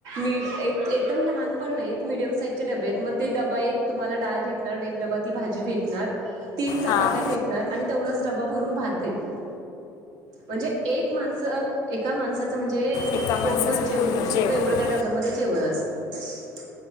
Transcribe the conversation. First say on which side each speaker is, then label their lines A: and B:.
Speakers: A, on the right; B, on the left.
A: ी एकदम लहान पण नाही मिीडियम साईज डबेत आहेत मग ते डबा एक तुम्हाला डाय भेट णार एक ड्बा ती भाजी भेटणार. तीन चपात्या
B: हां
A: भेटणार आणि तेवढाच डबा भरून भात भेटणार. म्हणजे एक माणसं एका माणसाचं म्हणजे
B: एका माणसाचं
A: पोटभर. जेवण
B: पूर्ण
A: होऊ शकत
B: जेवण
A: एवढं त्या डब्यामध्ये जेवण असत